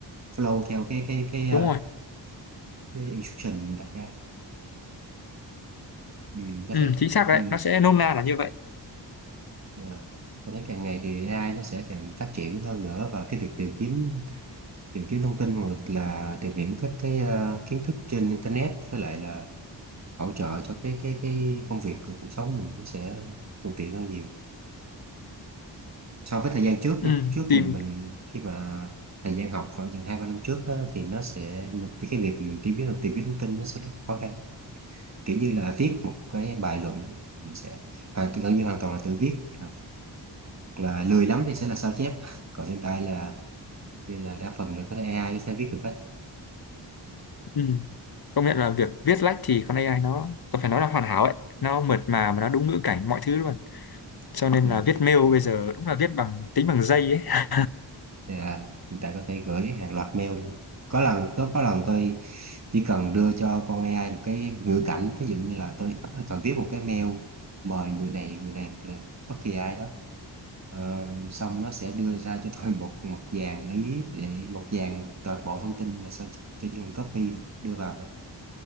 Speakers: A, on the right (about 35°); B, on the left (about 55°).
A: flow theo cái cái cái ờ,
B: đúng rồi
A: cái instruction mình đặt ra ừ, tôi
B: ừ
A: thấy
B: chính xác rồi
A: ừ,
B: đấy nó sẽ nôm na là như vậy
A: à, tôi thấy càng ngày thì AI nó sẽ càng phát triển hơn nữa và cái việc tìm kiếm tìm kiếm thông tin hoặc là tìm hiểu các cái ờ, kiến thức trên internet với lại là hỗ trợ cho cái cái cái công việc cuộc sống mình nó sẽ thuận tiện hơn nhiều so với thời gian trước
B: ừ,
A: nha lúc trước
B: tìm
A: mình mình khi mà thời gian học khoảng chừng hai ba năm trước á, thì nó sẽ mình- cái việc mình tìm kiếm tìm kiếm thông tin nó sẽ rất khó khăn kiểu như là viết một cái bài luận mình sẽ hoàn gần như hoàn toàn là tự viết hoặc là lười lắm thì sẽ là sao chép <laughs> còn hiện tại là như là đa phần là có thể AI nó sẽ viết được hết
B: ừ. công nhận là việc viết lách thì con AI nó tôi phải nói là hoàn hảo ấy nó mượt mà mà nó đúng ngữ cảnh mọi thứ luôn cho nên
A: Ừ.
B: là viết mail bây giờ đúng là viết bằng tính bằng dây ấy
A: Dạ, hiện tại có thể gửi hàng loạt mail luôn. Có lần tôi có lần tôi chỉ cần đưa cho con AI một cái ngữ cảnh, ví dụ như là tôi cần viết một cái mail mời người này người này hoặc là bất kỳ ai đó. Ờ, xong nó sẽ đưa ra cho tôi <laughs> một một dàn ý để một dàn toàn bộ thông tin và sau tôi chỉ cần copy đưa vào thôi